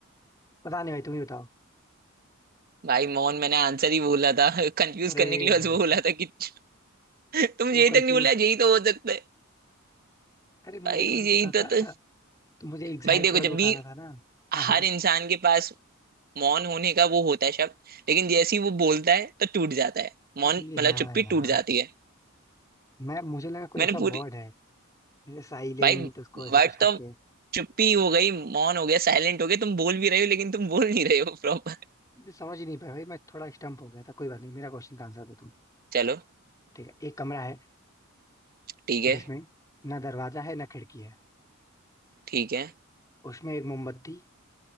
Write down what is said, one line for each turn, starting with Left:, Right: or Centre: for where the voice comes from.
Left: पता नहीं भाई तुम ही बताओ
Right: भाई मोहन मैंने आंसर ही बोला था <laughs> कंफ्यूज
Left: अरे
Right: करने के लिए बस
Left: भाई
Right: बोला था कि <laughs> तुम
Left: तुम
Right: यही
Left: कंफ्यूज
Right: तक नहीं बोला यही तो हो सकता है
Left: अरे मुझे
Right: भाई यही
Left: थोड़ी पता
Right: तो,
Left: था
Right: तो
Left: <laughs> तो मुझे एग्जैक्ट
Right: भाई देखो
Left: वर्ड
Right: जब
Left: बताना
Right: भी
Left: था ना हाँ
Right: हर
Left: हाँ
Right: इंसान के पास मौन होने का वो होता है शब्द लेकिन जैसे ही वो बोलता है तो टूट जाता है मौन मतलब
Left: ये हाँ
Right: चुप्पी
Left: यहाँ
Right: टूट जाती है
Left: मैं मुझे लगा कोई
Right: मैंने
Left: ऐसा
Right: पूरी
Left: वर्ड है जैसे साइलेंट
Right: भाई
Left: उसको ऐसा
Right: वर्ड
Left: कुछ
Right: तो
Left: करके
Right: चुप्पी हो गई मौन हो गया साइलेंट हो गया तुम बोल भी रहे हो लेकिन तुम बोल नहीं रहे हो प्रॉपर
Left: मुझे समझ ही नहीं पाया भाई मैं थोड़ा स्टम्प हो गया था कोई बात नहीं मेरा क्वेश्चन का आंसर दो तुम
Right: चलो
Left: ठीक है एक कमरा है
Right: ठीक है
Left: जिसमें ना दरवाजा है ना खिड़की है
Right: ठीक है
Left: उसमें एक मोमबत्ती